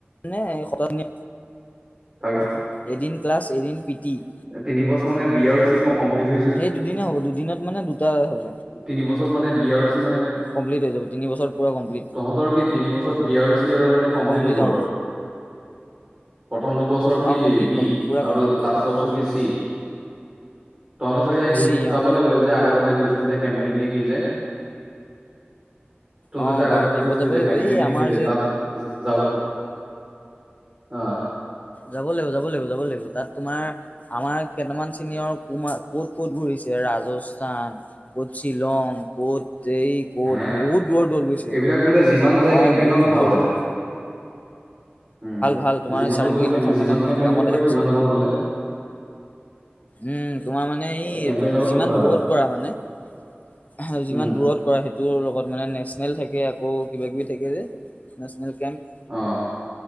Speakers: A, on the left; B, on the right.
A: নে এই শত-
B: তাৰপিছত-
A: এদিন ক্লাছ এদিন পি টি-
B: তিন বছৰ মানে বিয়া ৰু চি কম- কম্লিট-
A: এই দুদিনে হ'ব দুদিনত মানে দুটা হ'ব।
B: তিন বছৰত মানে বি আৰ চি মানে
A: কমপ্লিট হৈ যাব তিনি বছৰ পুৰা কমপ্লিট
B: তহঁতৰ কি তিনিবছৰত বি আৰ ৰো চি আৰু মানে- কম্পিলত
A: কমপ্লিট
B: হব আৰু।
A: অ
B: প্ৰথম দুবছৰ কি
A: অ কমপ্লিট
B: বি
A: কমপ্লিট পুৰা
B: আৰু
A: কমপ্লিট হৈ
B: লাছ-
A: যাব
B: চি তহঁতৰ চাগে হেইট
A: চি
B: যাব
A: অ
B: লাগিব। কৈ যে আগতে যে গৈছিল যে কেম্পেইন নে কি যে। তহঁতে
A: অ
B: যে আগতে
A: বা
B: যে
A: কেম্পত
B: কৈছিলি
A: যাব
B: যে
A: লাগিব
B: কেম্পেইন
A: এই
B: নে
A: আমাৰ
B: কি যে তাত। যাব অঁ
A: যাব লাগিব যাব লাগিব যাব লাগিব তাত তোমাৰ- আমাৰ কেইটামান চিনিয়ৰ কুমাত ক'ত ক'ত ঘূৰিছে ৰাজস্থান। কত শ্বিলং কত যে এই - ক'ত
B: হে
A: বহুত দূৰত- দূৰত গৈছে,
B: এইবিলাক
A: অ',
B: বোলে যিমান যায় কেম্পেইনত
A: বহুত
B: ভাল
A: দূৰত-
B: বোলে
A: দূৰত
B: উম,
A: ভাল তোমাৰ
B: যিমান
A: চাৰ্টিফিকেট
B: দূৰ বোলে
A: কেইখন
B: যিমান
A: মানে
B: কেম্পেইন
A: কামত
B: কৰিব পাৰি
A: আহে পাছত
B: সিমান ভাল বোলে।
A: উম, তোমাৰ মানে এই
B: কেম্পেইন
A: এইটো
B: লগত কথা
A: যিমান
B: আৰু
A: দূৰত কৰা মানে। <unintelligible> যিমান
B: উম
A: দূৰত কৰা সেইটোৰ লগত মানে নেশ্যনেল থাকে আকৌ কিবাাকিবি থাকে যে নেশ্যনেল কেম্প।
B: অ',